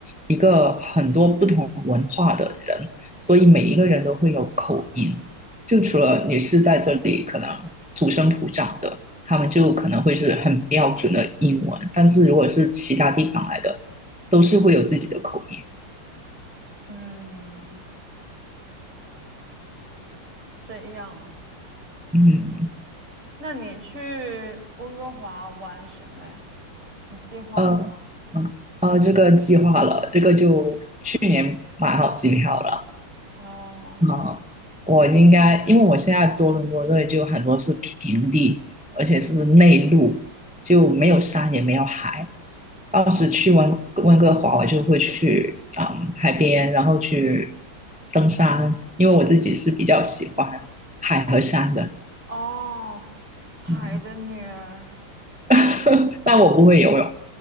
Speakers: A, in the centre; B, on the right.
A: 一个很多不同文化的人，所以每一个人都会有口音。就除了你是在这里可能土生土长的，他们就可能会是很标准的英文，但是如果是其他地方来的，都是会有自己的口音。
B: 嗯，这样啊。
A: 嗯，
B: 那你去温哥华玩什么呀？你计划了吗？
A: 呃，嗯，呃，这个计划了，这个就去年买好机票了。
B: 哦
A: 啊，我应该，因为我现在多伦多这里就很多是平地，而且是内陆，就没有山也没有海。当时去温温哥华，我就会去嗯海边，然后去登山，因为我自己是比较喜欢海和山的。
B: 哦，海的女儿。
A: 嗯，<laughs> 但我不会游泳，